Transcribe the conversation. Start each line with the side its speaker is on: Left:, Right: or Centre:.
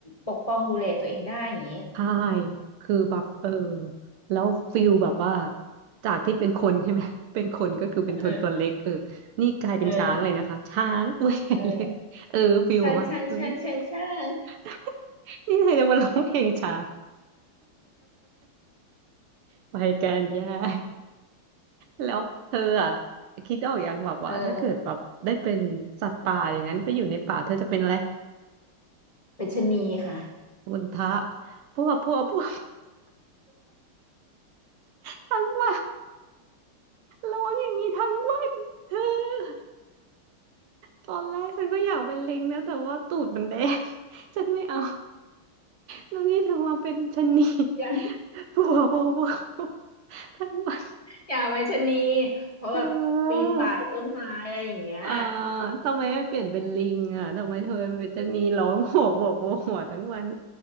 Left: ปกป้องดูแลตัวเองได้อย่างนี้
Right: ใช่คือแบบเออแล้วฟิลแบบว่าจากที่เป็นคนใช่ไหม <laughs> เป็นคนก็คือเป็นคนตัวเล็กเออนี่กลายเป็นช้างเลยนะคะช้างตัวใหญ่เลยเออฟิลแบบว่าเฮ้ย
Left: เออเออเออช่างช่างช่างช่างช่าง
Right: <laughs> นี่เธอจะมาร้องเพลงช้าง ไปแกันแย่ <laughs> แล้วเธออ่ะคิดออกอย่างแบบว่าถ้าเกิดแบบได้เป็นสัตว์ป่าอย่างนั้นไปอยู่ในป่าเธอจะเป็นอะไร
Left: เออเป็นชะนีค่ะ
Right: มุนทะพวกพวกพวก <laughs> ทั้งวันร้องอย่างนี้ทั้งวันเธอตอนแรกฉันก็อยากเป็นลิงนะแต่ว่าตูดมันแดง <laughs> ฉันไม่เอาแล้วนี่เธอมาเป็นชะนี
Left: อย่า
Right: พวกพวกพวกพวกทั้งวัน
Left: อย่าเป็นชะนีเพราะแบบปีนป่ายต้นไม้อะไรอย่างเงี้ย
Right: เธอ อ่าทำไมไม่เปลี่ยนเป็นลิงอ่ะทำไมเธอเป็นจะนีร้องโหวโหวโหกหวทั้งวัน